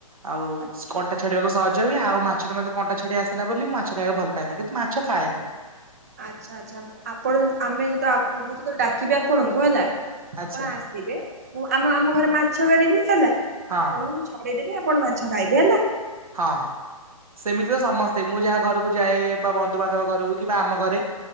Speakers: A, on the right (about 70°); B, on the right (about 25°).
A: ଆଉ
B: ଆଚ୍ଛା
A: କଣ୍ଟା। ଛଡ଼େଇବାକୁ ସହଜ ହୁଏ ଆଉ ମାଛରେ ମତେ କଣ୍ଟା ଛଡ଼େଇ ଆସେନା ବୋଲି ମୁଁ ମାଛ ଖାଇବାକୁ ଭଲ ପାଏନା ନା କିନ୍ତୁ ମାଛ ଖାଏ ମୁଁ।
B: ଆଚ୍ଛା ଆଚ୍ଛା ଆପଣ ଆମେ ଯେତେ ଆ ଅ ମୁଁ ଯେତେବେଳେ ଡାକିବି ଆପଣଙ୍କୁ ହେଲା।
A: ଆଚ୍ଛା
B: ଆପଣ ଆସିବେ ମୁଁ ଆମ ଆମ ଘରେ ମାଛ କରିବି ହେଲା
A: ହଁ
B: ଆପଣଙ୍କୁ ମୁଁ ଛଡେଇଦେବି ଆ ଆପଣ ମାଛ ଖାଇବେ ହେଲା।
A: ହଁ ହଁ। ସେମିତି ତ ସମସ୍ତେ ମୁଁ ଯାହା ଘରକୁ ଯାଏ ବା ବନ୍ଧୁବାନ୍ଧବ ଘରକୁ କି ବା ଆମ ଘରେ।